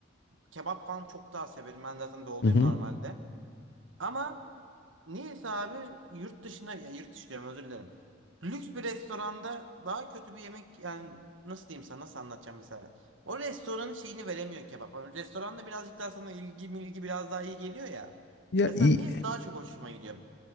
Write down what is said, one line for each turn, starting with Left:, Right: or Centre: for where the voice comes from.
Right: kebap falan çok daha severim. Ben zaten doğuluyum
Left: Hı hı.
Right: normalde. Ama Niyeyse abi yurt dışına ya yurt dışı diyorum özür dilerim. Lüks bir restoranda daha kötü bir yemek yani nasıl diyeyim sana nasıl anlatacağım mesela. O restoranın şeyini veremiyor kebap. Hani Restoranda birazcık daha sana ilgi milgi biraz daha iyi geliyor ya.
Left: Ya
Right: Mesela
Left: iyi.
Right: niyeyse daha çok hoşuma gidiyor.